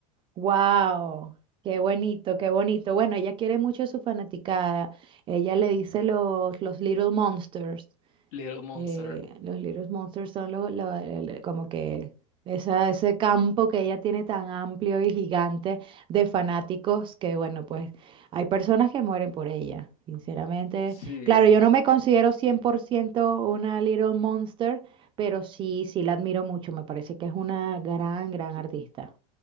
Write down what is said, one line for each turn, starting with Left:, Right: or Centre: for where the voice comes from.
Right: Wow, qué bonito, qué bonito. Bueno, ella quiere mucho a su fanaticada. Ella le dice los, los Little Monsters.
Left: Little Monster.
Right: Eh, los Little Monsters son los, lo- el- como que esa, ese campo que ella tiene tan amplio y gigante de fanáticos que, bueno, pues hay personas que mueren por ella, sinceramente.
Left: Sí.
Right: Claro, yo no me considero 100% una Little Monster, pero sí, sí la admiro mucho. Me parece que es una gran, gran artista.